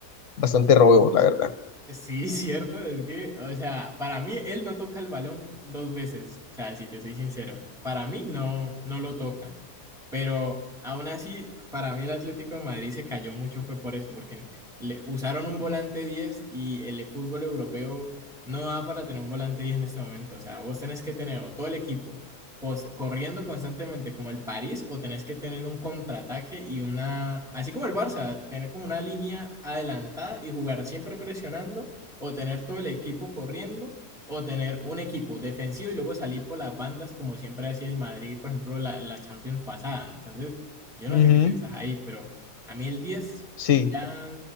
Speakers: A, on the left; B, in the centre.
A: bastante robo, la verdad.
B: Sí, <laughs> cierto, es que, o sea, para mí él no toca el balón dos veces, o sea, si te soy sincero, para mí no, no lo toca. Pero aún así, para mí el Atlético de Madrid se cayó mucho fue por eso, porque le usaron un volante 10 y el fútbol europeo no da para tener un volante 10 en este momento. O sea, vos tenés que tener o todo el equipo cos- corriendo constantemente como el París o tenés que tener un contraataque y una, así como el Barça, tener como una línea adelantada y jugar siempre presionando o tener todo el equipo corriendo o tener un equipo defensivo y luego salir por las bandas, como siempre hacía el Madrid, por ejemplo, la, la Champions pasada. Entonces, yo no
A: Ujú,
B: sé qué pensás ahí, pero a mí el 10
A: Sí,
B: ya